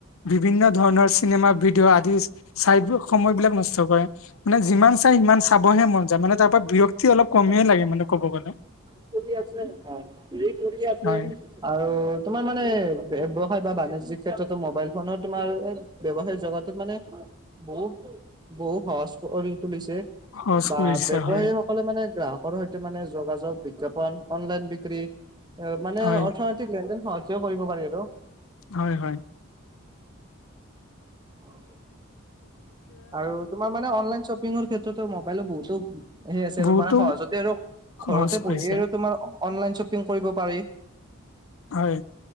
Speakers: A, on the left (about 75°); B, on the right (about 20°).
A: বিভিন্ন ধৰণৰ চিনেমা ভিডিঅ' আদি চাই সময়বিলাক নষ্ট কৰে। মানে যিমান চাই সিমান চাবহে মন যায়, মানে তাৰ পৰাৰা বিৰক্তি অলপ কমিহেয়েই লাগে মানে ক'ব গ'লে।
B: <unintelligible>
A: হয়
B: আৰু তোমাৰ মানে ব্যবসায় বাণিজ্যিক ক্ষেত্ৰতো মোবাইল ফোন তোমাৰ ব্যবসায় জগাটোত মানে। বহুত, বহু সহচ কৰি তুলিছে।
A: সহজ
B: বা
A: কৰি দিছে
B: ব্যৱসায়ী
A: হয়
B: সকলে মানে গ্ৰাহকৰ সৈতে মানে যোগাযোগ বিতৰ্ক। অনলাইন বিক্ৰী মানে,
A: হয়
B: অৰ্থনৈতিক লেনদেন সহজ কৰিব পাৰি আৰু।
A: হয়, হয়।
B: হয়। আৰু তোমাৰ মানে অনলাইন শ্বপিংৰ ক্ষেত্ৰত তু, মোবাইলৰ বহুতো সেই আছে
A: বহুতো
B: আৰু মানে সহজতে আৰু
A: সহজ
B: ঘৰতে
A: কৰিছে
B: বহি আৰু তোমাৰ অনলাইন শ্বপিং কৰিব পাৰি।
A: হয়।